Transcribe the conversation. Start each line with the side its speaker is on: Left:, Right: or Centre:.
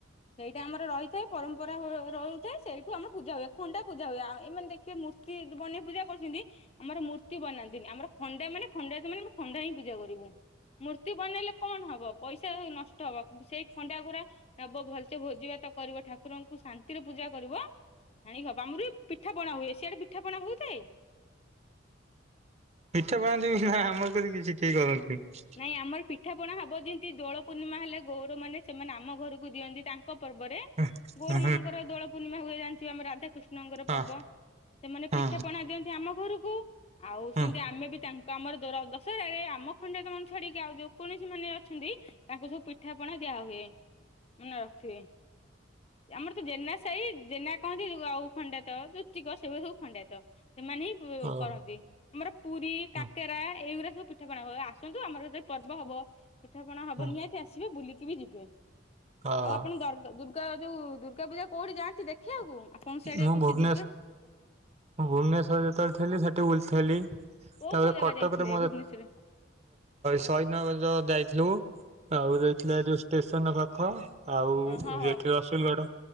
Left: ସେଇଟା ଆମର ରହିଥାଏ ପରମ୍ପରା ହୋ ରହୁଥାଏ ସେଇ ଠୁ ଆମର ପୂଜା ହୁଏ, ଖଣ୍ଡା ପୂଜା ହୁଏ, ଆଉ ଏମାନେ ଦେଖେ ମୂର୍ତ୍ତି ବନେଇ ପଜା କରୁଛନ୍ତି, ଆମର ମୂର୍ତ୍ତି ମୂର୍ତ୍ତି ବନାନ୍ତିନି, ଆମର ଖଣ୍ଡା ମାନେ ଖଣ୍ଡାୟତ ମାନେ ଖଣ୍ଡା ହିଁ ପୂଜା କରିବୁ, ମୂର୍ତ୍ତି ବନେଇଲେ କଣ ହବ। ପଇସା ନଷ୍ଟ ହବ, ସେଇ ଖଣ୍ଡା ଗୁରା ନବ ଭଲସେ ଭୋଜିବାତ କରିବ, ଠାକୁରଙ୍କୁ ଶାନ୍ତିରେ ପୂଜା କରିବ। ଆଣି କବ ଆମ ପିଠା ପଣା ହୁଏ, ସିଆଡେ ପିଠା ପଣା ହଉଥାଏ।
Right: ପିଠା ପଣାନ୍ତି ବି ନା ଆମର କେଦି କିଛି କେହି କରନ୍ତିନି।
Left: ନାଇଁ ଆମର ପିଠାପଣା ହବ, ଯେମିତି ଦୋଳ ପୂର୍ଣ୍ଣିମା ହେଲେ ଗୌରମାନେ ସେମାନେ ଆମ ଘରକୁ ଦିଅନ୍ତି, ତାଙ୍କ ପର୍ବରେ
Right: ହଁ
Left: ଗୌଡ ମାନଙ୍କର ଦୋଳ ପୁର ପୂର୍ଣ୍ଣିମା ହୁଏ ଜାଣିଥିବ ଆମ ରାଧାକୃଷ୍ଣଙ୍କର
Right: ହଁ
Left: ପର୍ବ, ସେମାନେ
Right: ହଁ
Left: ପିଠା ପଣା ଦିଅନ୍ତି ଆମ ଘରକୁ ଆଉ
Right: ହଁ।
Left: ସେମିତି ଆମେ ବି ତାଙ୍କୁ ଆମର ଦଶହରାରେ ଆମ ଖଣ୍ଡାୟତ ମାନଙ୍କୁ ଛାଡିକି ଆଉ ଯୋଉ କଣସି ମାନ ଅଛନ୍ତି, ତାଙ୍କୁ ସବୁ ପିଠାପଣା ଦିଆ ହୁଏ। ମନେ ରଖିବେ। ଆମର ତ ଜେନା ସାହି ଜେନା କହନ୍ତି ଆଉ ଖଣ୍ଡାୟତ ଜୋତିକ ସେ ସବୁ ଖଣ୍ଡାୟତ। ସେମାନେ ହିଁ
Right: ଓହୋ
Left: କରନ୍ତି, ଆମର ପୁରୀ,
Right: ହଁ
Left: କାକେରା ଏଇଗୁରା ସବୁ ପିଠାପଣା ହୁଏ। ଆସନ୍ତୁ, ଆମର କେତେ ପର୍ବ ହବ ପିଠା ପଣା ହବ,
Right: ହଁ
Left: ନିହାତି ଆସିବେ ବୁଲିକି ବି ଯିବେ।
Right: ହଁ
Left: ଆଉ ଆପଣ ଦ ଦୁର୍ଗା ଯୋଉ ଦୁର୍ଗା ପୂଜା କୋଉଠି ଯାଆନ୍ତି ଦେଖିଆକୁ? କଣ ସିଆଡି
Right: ମୁଁ
Left: କୁ ଅଛି
Right: ଭୁବନେଶ
Left: ଦୁର୍ଗା।
Right: ମୁଁ ଭୁବନେଶ୍ୱରରେ ଯେତେଳେ ଥିଲି ସେଠି ବୁଲ ଥିଲି, ତାପରେ
Left: କୋଉ କୋଉ ଜାଗା
Right: କଟକରେ
Left: ଯାଇଥିଲେ
Right: ମୋ
Left: ଭୁବନେଶ୍ୱରରେ
Right: ସହିଦ୍ ନଗର ଯାଇଥିଲୁ, ଆଉ ଯାଇଥିଲୁ ଯୋଉ ଷ୍ଟେସନ ପାଖ। ଆଉ
Left: ହଁ ହଁ
Right: ଯେଠି ରସୁଲଗଡ